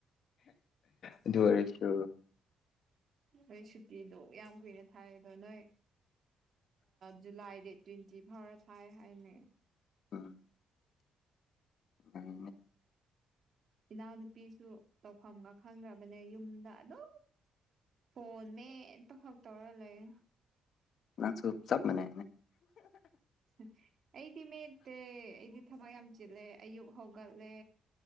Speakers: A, on the left; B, on the right.
A: ꯑꯗꯨ ꯑꯣꯏꯔꯁꯨ
B: ꯅꯣꯏ ꯁꯨꯇꯤꯗꯨ ꯌꯥꯝ ꯀꯨꯏꯔꯦ ꯊꯥꯏꯗꯣ ꯅꯣꯏ ꯖꯨꯂꯥꯏ ꯗꯦꯠ ꯇ꯭ꯋꯦꯟꯇꯤ ꯐꯥꯎꯔ ꯊꯥꯏ ꯍꯥꯏꯅꯦ
A: ꯎꯝ ꯎꯝ
B: ꯏꯅꯥꯎꯅꯨꯄꯤꯁꯨ ꯇꯧꯐꯝꯒ ꯈꯪꯗ꯭ꯔꯕꯅꯦ ꯌꯨꯝꯗ ꯑꯗꯨꯝ ꯐꯣꯟ ꯃꯦꯠꯄ ꯈꯛ ꯇꯧꯔ ꯂꯩꯌꯦ
A: ꯅꯪꯁꯨ ꯆꯞ ꯃꯥꯟꯅꯩꯅꯦ
B: <unintelligible> ꯑꯩꯗꯤ ꯃꯦꯠꯇꯦ ꯑꯩꯗꯤ ꯊꯕꯛ ꯌꯥꯝ ꯆꯤꯜꯂꯦ ꯑꯌꯨꯛ ꯍꯧꯒꯠꯂꯦ